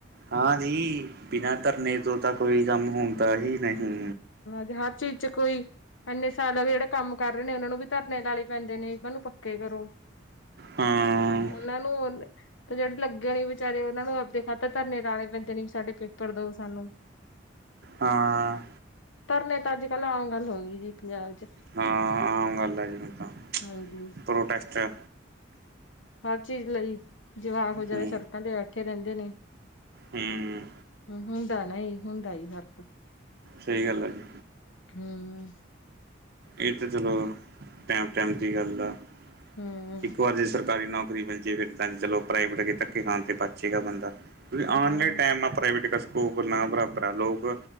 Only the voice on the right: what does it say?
ਹਾਂ ਜੀ ਬਿਨਾਂ ਧਰਨੇ ਤੋਂ ਤਾਂ ਕੋਈ ਕਾੰਮ ਹੁੰਦਾ ਹੀ ਨਹੀਂ
ਹਾਂ
ਹਾਂ
ਹਾਂ, ਆਮ ਗਾੱਲ ਆ ਜੀ ਹੁਨ ਤਾਂ
ਪ੍ਰੋਟੈਸਟ ਐ।
ਹੂੰ
ਹੂੰ।
ਸਈ ਗਾੱਲ ਆ ਜੀ।
ਏ ਤਾ‌ਚਲੋ ਟੈਮ-ਟੈਮ ਦੀ ਗਾੱਲ ਆ
ਇੱਕ ਵਾਰ ਜੇ ਸਰ ਸਰਕਾਰੀ ਨੋਕਰੀ ਮਿਲ ਜੇ ਫੇਰ ਤਾਂਈ ਤੇ ਲੋਕ ਪ੍ਰਾਈਵੇਟ ਗੇ ਧੱਕੇ ਖਾਨਤੇੇ ਅਛੀਗਾ ਬੰਦਾ ਕਯੋਂਕਿ ਆਨ
ਦੇ ਟੈਮ ਪ੍ਰਾਈਵੇਟ ਸਕੂਲ ਨਾ ਬਰਾਬਰ ਐ ਲੋਕ